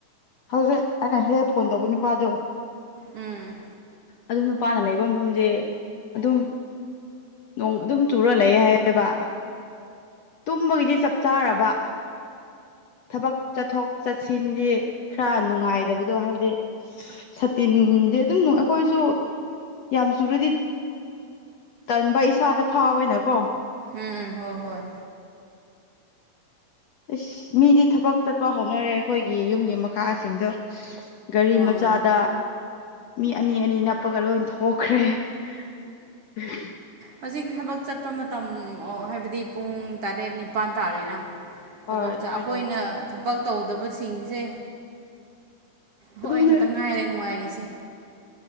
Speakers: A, on the left; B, on the right.
A: ꯍꯧꯖꯤꯛ ꯑꯩꯅ ꯍꯦꯛ ꯐꯣꯟ ꯇꯧꯕ ꯅꯨꯄꯥꯗꯣ
B: ꯎꯝ
A: ꯑꯗꯨ ꯅꯨꯄꯥꯅ ꯂꯩꯕ ꯃꯐꯝꯗꯤ ꯑꯗꯨꯝ ꯅꯣꯡ ꯑꯗꯨꯝ ꯆꯨꯔ ꯂꯩ ꯍꯥꯏꯑꯕ ꯇꯨꯝꯕꯒꯤꯗꯤ ꯆꯞ ꯆꯥꯔꯕ ꯊꯕꯛ ꯆꯠꯊꯣꯛ ꯆꯠꯁꯤꯟꯁꯤ ꯈꯔ ꯅꯨꯡꯉꯥꯏ ꯕꯗꯣ ꯍꯥꯏꯕꯗꯤ ꯁꯇꯤꯟꯗꯤ ꯑꯗꯨꯝ ꯑꯩꯈꯣꯏꯁꯨ ꯌꯥꯝ ꯆꯨꯔꯨꯗꯤ ꯇꯟꯕ ꯏꯁꯥꯗ ꯐꯥꯋꯦꯅꯀꯣ
B: ꯎꯝ ꯍꯣꯏ ꯍꯣꯏ
A: ꯑ ꯃꯤꯗꯤ ꯊꯕꯛ ꯆꯠꯄ ꯍꯧꯅꯔꯦ ꯑꯩꯈꯣꯏꯒꯤ ꯌꯨꯝꯒꯤ ꯃꯈꯥꯁꯤꯡꯗꯣ ꯒꯥꯔꯤ
B: ꯎꯝ
A: ꯃꯆꯥꯗ ꯃꯤ ꯑꯅꯤ ꯑꯅꯤ ꯅꯞꯄꯒ ꯂꯣꯏ ꯊꯣꯛꯈ꯭ꯔꯦ <inaudible> o
B: ꯍꯧꯖꯤꯛ ꯊꯕꯛ ꯆꯠꯄ ꯃꯇꯝ ꯍꯥꯏꯕꯗꯤ ꯄꯨꯡ ꯇꯔꯦꯠ ꯅꯤꯄꯥꯟ ꯇꯥꯔꯦꯅ
A: ꯍꯣꯏ
B: ꯊꯕ
A: ꯑꯗꯨꯃꯥꯏꯅ
B: ꯑꯩꯈꯣꯏꯅ
A: ꯌꯧꯔꯛꯄꯒꯤ
B: ꯊꯕꯛ ꯇꯧꯗꯕꯁꯤꯡꯁꯦ ꯍꯣꯏ
A: ꯑꯗꯨꯅꯦ
B: ꯑꯩ ꯈꯇ ꯉꯥꯏꯔꯦ ꯅꯨꯡꯉꯥꯏꯔꯤꯁꯦ